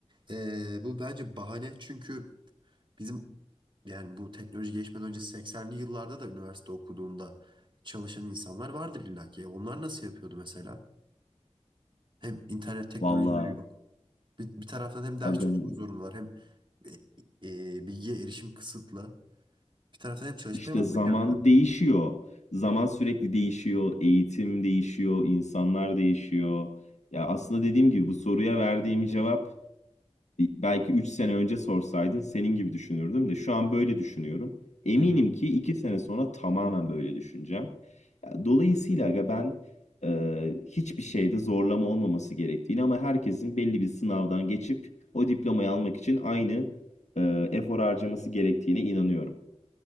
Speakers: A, on the right; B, on the left.
A: e, bu bence bahane çünkü bizim Yani bu teknoloji geçmeden önce 80'li yıllarda da üniversite okuduğunda çalışan insanlar vardır illa ki. Ya Onlar nasıl yapıyordu mesela? Hem internet teknolojileri
B: Vallahi
A: yok. Bir, bir taraftan hem ders
B: agın
A: çalışmak zorundalar hem e, e, bilgiye erişim kısıtlı. Bir taraftan hem çalışıp
B: işte
A: hem okuyacaklar.
B: zaman değişiyor. Zaman sürekli değişiyor, eğitim değişiyor, insanlar değişiyor. Ya aslında dediğim gibi bu soruya verdiğim cevap belki 3 sene önce sorsaydın senin gibi düşünürdüm de şu an böyle düşünüyorum. Eminim
A: Hı hı.
B: ki 2 sene sonra tamamen böyle düşüneceğim. Ya, Dolayısıyla aga ben e, hiçbir şeyde zorlama olmaması gerektiğini ama herkesin belli bir sınavdan geçip o diplomayı almak için aynı e, efor harcaması gerektiğine inanıyorum.